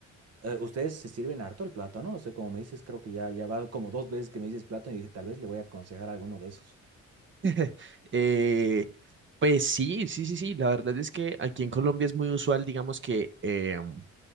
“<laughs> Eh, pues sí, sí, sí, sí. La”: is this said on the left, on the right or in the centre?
Right